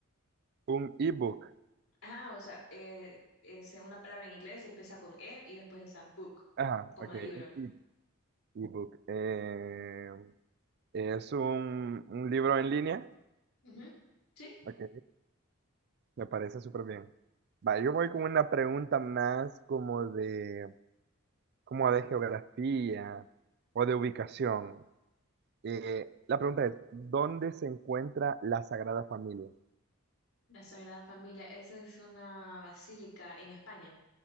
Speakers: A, on the right; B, on the left.
A: Un ebook.
B: Ah, o sea, eh, es una palabra en inglés, empieza con E y después está book,
A: Ah,
B: como
A: ok,
B: de libro.
A: un e- ebook. Eh, es un, un libro en línea.
B: Ujú, Sí,
A: Ok, me parece súper bien. Va, yo voy con una pregunta más como de, como de geografía o de ubicación. Eh, la pregunta es, ¿dónde se encuentra la Sagrada Familia?
B: La Sagrada Familia, esa es una basílica en España.